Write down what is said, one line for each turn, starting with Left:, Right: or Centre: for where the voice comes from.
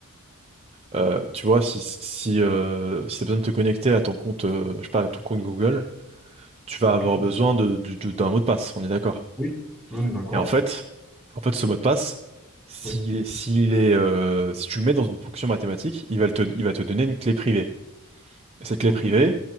Right: euh, tu vois, si si euh, si t'as besoin de te connecter à ton compte, euh, je sais pas, à ton compte Google. tu vas
Centre: Ok.
Right: avoir besoin de, du- du- d'un mot de passe, on est d'accord.
Centre: Oui, on est d'accord.
Right: Et en fait, en fait, ce mot de passe, s'il
Centre: Oui.
Right: est, s'il est, euh, si tu le mets dans une fonction mathématique, il va le te, il va te donner une clé privée. Et cette clé
Centre: Ok.
Right: privée,